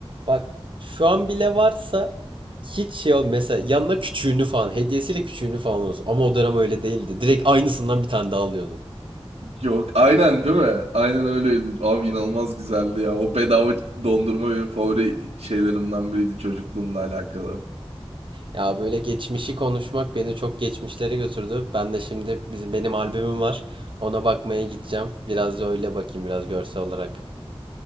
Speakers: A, on the right; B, on the right.
A: Bak şu an bile varsa hiç şey ol mesela yanına küçüğünü falan hediyesiyle küçüğünü falan olsun. Ama o dönem öyle değildi. Direkt aynısından bir tane daha alıyordun.
B: Yok aynen değil mi? Aynen öyleydi. Abi inanılmaz güzeldi ya. O bedava dondurma benim favori şeylerimden biriydi çocukluğumla alakalı.
A: Ya böyle geçmişi konuşmak beni çok geçmişlere götürdü. Ben de şimdi bizim benim albümüm var. Ona bakmaya gideceğim. Biraz da öyle bakayım biraz görsel olarak.